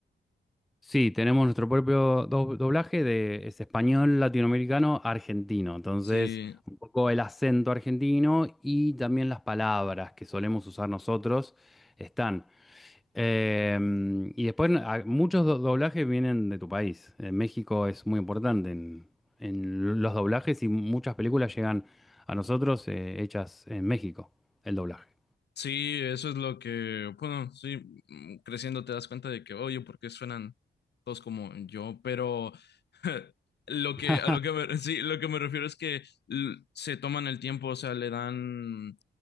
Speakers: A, in the centre; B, on the left.
A: Sí, tenemos nuestro propio do- doblaje de es español latinoamericano argentino. Entonces,
B: Sí.
A: un poco el acento argentino y también las palabras que solemos usar nosotros están. Eh, y después a- muchos do- doblajes vienen de tu país. Eh, México es muy importante en, en los doblajes y muchas películas llegan a nosotros eh, hechas en México, el doblaje.
B: Sí, eso es lo que, bueno, sí, mm, creciendo te das cuenta de que, oye, ¿por qué suenan todos como yo? Pero <laughs> lo que,
A: <laughs>
B: a lo que me, <laughs> sí, lo que me refiero es que l- se toman el tiempo, o sea, le dan,